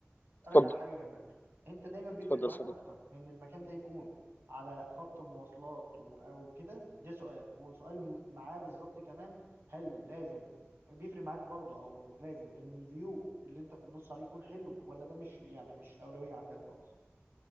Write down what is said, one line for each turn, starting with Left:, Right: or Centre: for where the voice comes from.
Right: اسالك
Left: اتفضل
Right: على حاجه كمان انت دايما بيفرق
Left: اتفضل
Right: معاك
Left: اتفضل
Right: اكتر ان المكان ده يكون على خط مواصلات و- او كده ده سؤال وسؤال م- معاه بالظبط كمان هل لازم بيفرق معاك برضه او لازم ان الفيو اللي انت بتبص عليه يكون حلو ولا ده مش يعني مش اولويه عندك خالص